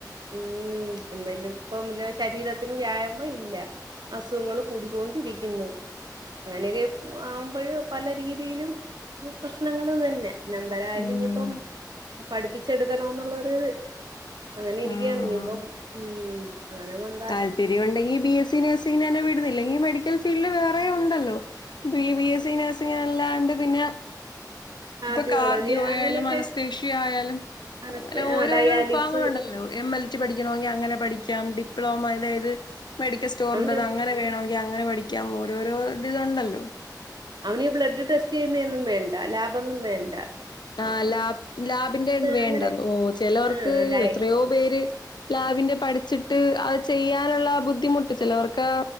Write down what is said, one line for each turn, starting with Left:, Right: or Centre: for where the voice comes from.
Right: ഉം എന്നാലും ഇപ്പം ശരീരത്തിനും വ്യായാമം ഇല്ലാ അസുഖങ്ങള് കൂടിക്കോണ്ടിരിക്കുന്നു അങ്ങനെയൊക്കെ ആവുമ്പഴ് പല രീതിയിലും പ്രശ്നങ്ങള് തന്നെ പിന്നെ എന്തരായാലും
Left: ഉം
Right: ഇനിയിപ്പം പഠിപ്പിച്ചെടുക്കണോന്നുള്ളൊരു അങ്ങനെ ഇരിക്കാണ്
Left: ആഹ്
Right: ഇനി ഇപ്പം ഉം അങ്ങനെ വൻ
Left: താല്പര്യം ഒണ്ടെങ്കി ബി എസ് സി നെഴ്സിങ്ങിന് തന്നെ വിട്ന്നില്ലെങ്കി മെഡിക്കൽ ഫീൽഡിൽ വേറേം ഒണ്ടല്ലോ ഇപ്പ ഈ ബി ബി എസ് സി നേഴ്സിങ്ങിന് അല്ലാണ്ട് പിന്നെ
Right: കാർഡിയോളജി
Left: ഇപ്പൊ കാർഡിയേ ആയാലും
Right: അങ്ങനെയൊക്കെ
Left: അനസ്തേഷ്യ ആയാലും
Right: അനസ്ത
Left: അങ്ങനെ ഓരോരോ
Right: ആ ഡയാലിസ്
Left: വിഫാഗങ്ങളൊണ്ടല്ലോ എം എൽ ടി പഠിക്കണോങ്കി അങ്ങനെ പഠിക്ക് ക്കാം ഡിപ്ലോമ അതായത് മെഡിക്കൽ സ്റ്റോറിൻ്റെത്
Right: അവന്
Left: അങ്ങനെ വേണോ ക്കാം അങ്ങനെ പഠിക്കാം ഓരോരോ ഇത് ഒണ്ടല്ലോ.
Right: അവനീ ബ്ലഡ് ടെസ്റ്റ് ചെയ്യുന്നൊന്നും വേണ്ടാ ലാബൊന്നും വേണ്ടാ.
Left: ആഹ് ലാബ് ലാബിന്റെ വേണ്ട
Right: അങ്ങനെ
Left: ഓഹ് ചെലോർക്ക്
Right: ആ ഡയ
Left: എത്രയോ പേര് ലാബിന്റെ പഠിച്ചിട്ട് അത് ചെയ്യാനുള്ള ബുദ്ധിമുട്ട് ചിലവർക്കാ